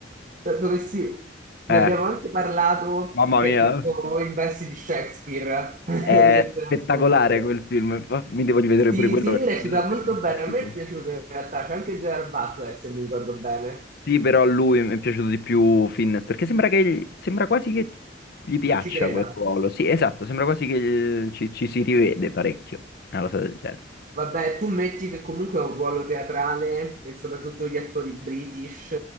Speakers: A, on the right (about 45°); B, on the left (about 60°).
A: Cioè, dovessi... Ne
B: Eh,
A: abbiamo anche parlato
B: mamma
A: che
B: mia,
A: è tutto in versi di Shakespeare, <laughs> letteralmente.
B: è spettacolare quel film. Infatti Mi devo rivedere
A: Sì,
B: pure quello
A: sì,
B: perché
A: lui recita
B: quello è veramente
A: molto bene,
B: epico.
A: a me è piaciuto in realtà, c'è anche Gerard Butler, se mi ricordo bene.
B: Sì, però a lui mi è piaciuto di più Finn, perché sembra che gli- sembra quasi che gli piaccia
A: Ci creda.
B: quel ruolo. Sì, esatto, sembra quasi che gli- ci, ci si rivede parecchio, una cosa del genere.
A: Vabbè, tu metti che comunque è un ruolo teatrale e soprattutto gli attori british